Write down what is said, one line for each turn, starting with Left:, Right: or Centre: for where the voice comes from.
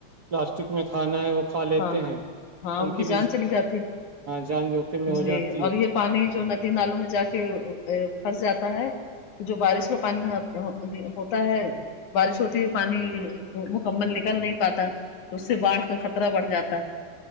Right: پلاسٹک میں کھانا ہے وہ کھا لیتے
Left: ہاں
Right: ہیں
Left: ہاں
Right: ان کی بھی
Left: جان چلی جاتی
Right: جان جوکھم میں ہو
Left: جی
Right: جاتی
Left: اور
Right: ہے
Left: یہ پانی جو ندی نالوں میں جا کے پھنس جاتا ہے تو جو بارش کا پانی ہوتا ہے بارش ہوتی ہے پانی مکمل نکل نہیں پاتا تو اس سے باڑھ کا خ خطرہ بڑھ جاتا ہے